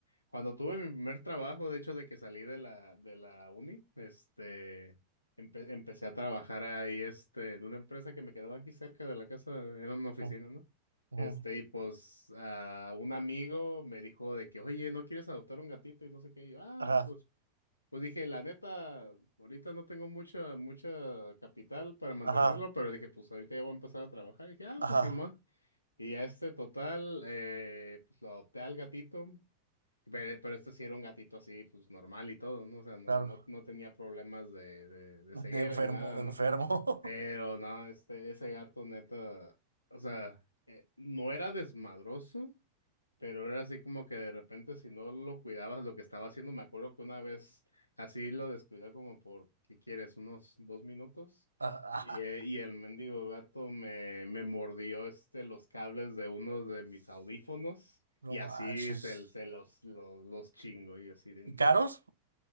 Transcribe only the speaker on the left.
cuando tuve mi primer trabajo, de hecho, de que salí de la, de la uni, este, empe- empecé a trabajar ahí, este, en una empresa que me quedaba aquí cerca de la casa, era una oficina,
¿no? Este,
y pues, ah, un amigo me dijo de que, oye, ¿no quieres adoptar un gatito? Y no sé qué, y yo, ah,
pues. Pues dije, la neta, ahorita no tengo mucha, mucha capital para mantenerlo,
pero dije, pues ahorita ya voy a empezar a trabajar. Y dije, ah,
pues Simón. Y ya este total, eh, pues lo adopté al gatito, pe- pero, este sí era un gatito así, pues normal y todo, ¿no? O sea, no,
no, no tenía problemas de, de, de ceguera
ni nada,
¿no?
Pero no, este, ese gato neta, o sea, eh, no era desmadroso. Pero era así como que de repente si no lo cuidabas lo que estaba haciendo, me acuerdo que una vez así lo descuidé como por, ¿qué quieres? Unos dos minutos.
Y, eh, y el mendigo gato me, me mordió este, los cables de uno de mis audífonos
y así
se, se los, los, los chingo y yo así de
no.